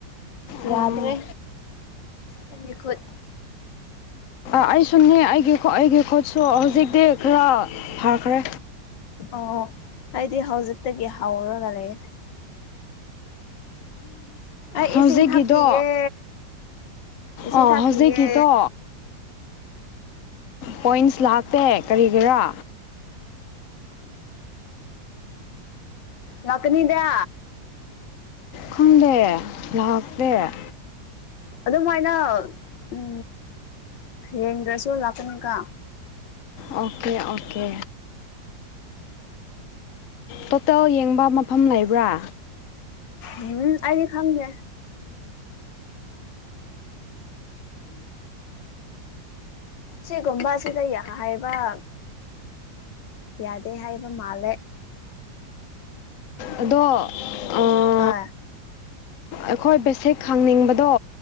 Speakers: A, on the left; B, on the left.
A: ꯑꯣ
B: ꯌꯥꯗ꯭ꯔꯦ ꯑꯩꯒꯤ ꯈꯨꯠ
A: ꯑꯩ ꯁꯨꯅꯤ ꯑꯩꯒꯤ ꯑꯩꯒꯤ ꯈꯨꯣꯠꯁꯨ ꯍꯧꯖꯤꯛꯇꯤ ꯈꯔ ꯐꯈ꯭ꯔꯦ
B: ꯑꯣ ꯑꯩꯗꯤ ꯍꯧꯖꯤꯛꯇꯒꯤ ꯍꯥꯎꯔꯒ ꯂꯩ ꯑꯩ
A: ꯍꯧꯖꯤꯛꯀꯤꯗꯣ
B: ꯏꯁꯤꯡ ꯊꯛꯈꯤꯒꯦ ꯏꯁꯤꯡ
A: ꯑꯣ
B: ꯊꯛꯈꯤꯒꯦ
A: ꯍꯧꯖꯤꯛꯀꯤꯗꯣ ꯄꯣꯏꯟꯁ ꯂꯥꯛꯇꯦ ꯀꯔꯤꯒꯤꯔꯥ
B: ꯂꯥꯛꯀꯅꯤꯗ
A: ꯈꯪꯗꯦ ꯂꯥꯛꯇꯦ
B: ꯑꯗꯨꯃꯥꯏꯅ ꯎꯝ ꯌꯦꯡꯗ꯭ꯔꯁꯨ ꯂꯥꯛꯀꯅꯤꯗ
A: ꯑꯣꯀꯦ ꯑꯣꯀꯦ ꯇꯣꯇꯦꯜ ꯌꯦꯡꯕ ꯃꯐꯝ ꯂꯩꯕ꯭ꯔꯥ
B: ꯎꯝ ꯑꯩꯗꯤ ꯈꯪꯗꯦ ꯁꯤꯒꯨꯝꯕ ꯑꯁꯤ ꯌꯥ ꯍꯩ ꯍꯥꯏꯕ ꯌꯥꯗꯦ ꯍꯥꯏꯕ ꯃꯥꯜꯂꯦ
A: ꯑꯗꯣ ꯑ
B: ꯍꯥ
A: ꯑꯩꯈꯣꯏ ꯕꯦꯁꯤꯛ ꯈꯡꯅꯤꯡꯕꯗꯣ